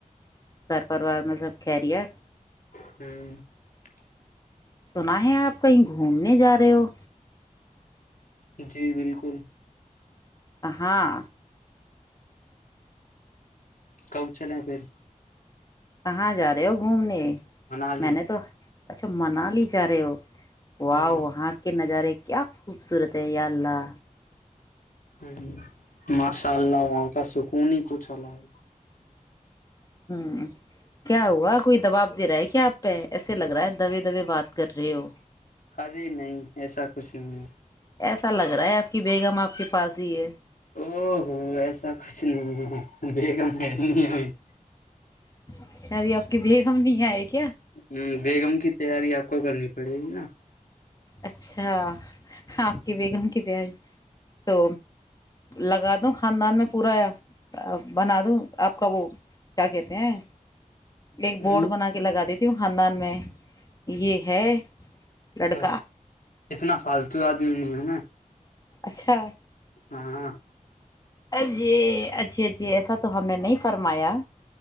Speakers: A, on the left; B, on the left.
A: گھر پروار میں سب کریے
B: <inaudible>
A: سنا ہے آپ کہیں گھومنے جا رہے ہو
B: جی بالکل
A: کہاں
B: کب چلے پھر
A: کہاں جا رہے ہو گھومنے
B: منالی
A: میں نے تو اچھا منال جا رہے ہو وا
B: ہ
A: وہاں کے نظارے کے کیا خوبصورت ہے یہ اللہ
B: ہمم ماشاء اللہ وہاں کا سکون ہی کچھ ہوا ہے
A: ہوں کیا ہوا کوئی دباب دے رہا ہے کیا آپ پہ ایسے لگ رہا ہے دبے دبے بات کر رہے ہو
B: ارے نہیں ایسا کچھ نہیں
A: ایسا لگ رہا ہے آپ کی بیگ ہم آپ کے پاس ہی ہے
B: او ہو ایسا کچھ نہیں ہے بےگم ہے نہیں ہوئی <inaudible>
A: اچھا اب آپ کی بیگم نہیں آئے گی
B: ہمم بیگم کی تیاری آپ کو کرنی پڑے گی نا
A: اچھا ہاں آپ کی بیگم کی پ آئی تو لگا دوں خاندان میں پورا بنا دوں آپ کا وہ کیا کہتے ہیں ایک بورڈ
B: ہ
A: بنا کے لگا دیتی تیوں خاندان میں یہ ہے لڑکا
B: ہ اتنا فالتو آدمی نہیں ہے نا
A: اچھا
B: ہاں ہاں
A: ا جی اچھا اچھھی ایسا تو ہم نے نہیں فرمایا